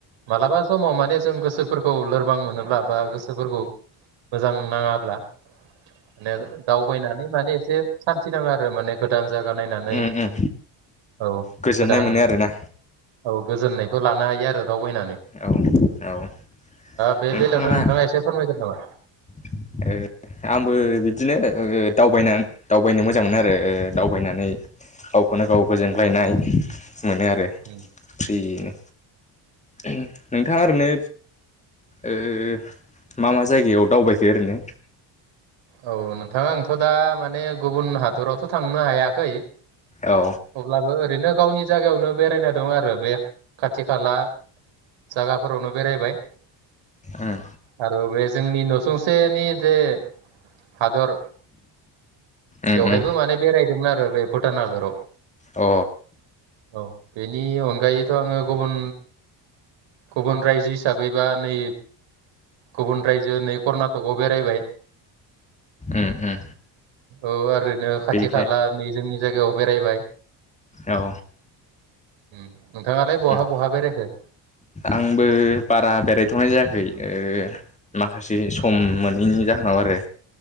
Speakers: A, on the right; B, on the left.
A: मालाबा समाव माने जों गोसोफोरखौ लोरबां मोनोब्ला बा गोसोफोरखौ मोजां नाङाब्ला ने दावबायनानै माने एसे सान थि नाङो आरो माने गोदान जागा नायनानै
B: उम उम
A: औ
B: गोजोननाय
A: गोदान
B: मोनो आरोना
A: औ गोजोननाय खौ लानो हायो आरो दावबायना
B: औ औ।
A: बे
B: नोंथाङा
A: बेलायावनो एसे फोरमायगोन नामा?
B: ओ आंबो बिदिनो ओ दावबायना दावबायनो मोजां मोनो आरो ओ दावबायनानै गावखौनो गाव गोजोनग्लायनाय मोनो आरो
A: उम
B: फ्रिनो <unintelligible> नोंथाङा ओरैनो ओ मा मा जायगायाव दावबाय खो ओरैनो
A: औ नोंथां आंथ' दा माने गुबुन हादरावथ' थांनो हायाखै।
B: औ
A: अब्लाबो ओरैनो गावनि जायगायावनो बेरायनाय दं आरो बे खाथि खाला जागाफोरावनो बेरायबाय।
B: उम
A: आरो बे जोंनि न'सुंसेनि जे हादर
B: उम
A: बेवहायबो
B: उम
A: माने बेरायदोंमोन आरो बे भुटान हादराव।
B: अ।
A: औ बेनि अनगायैथ' आङो गुबुन गुबुन रायजो हिसाबैबा नै गुबुन रायजो नै कर्नाटकआव बेरायबाय।
B: उम उम
A: औ आरो नो खाथि
B: बेनिफ्राय
A: खाला नै जोंनि जायगायाव बेरायबाय।
B: औ।
A: उम। नोंथाङालाय बहा
B: उम
A: बहा बेरायखो?
B: आंबो बारा बेरायथ'नाय जायाखै। ओ माखासे सम मोनैनि जाहोनाव आरो